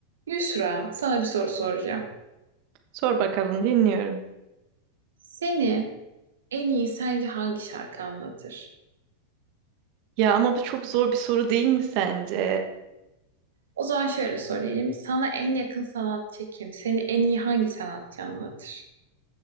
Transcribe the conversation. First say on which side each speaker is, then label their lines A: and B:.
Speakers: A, on the right (about 65°); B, on the right (about 45°).
A: Yusra, sana bir soru soracağım.
B: Sor bakalım dinliyorum.
A: Seni en iyi sence hangi şarkı anlatır?
B: Ya ama bu çok zor bir soru değil mi sence?
A: O zaman şöyle sorayım. Sana en yakın sanatçı kim? Seni en iyi hangi sanatçı anlatır?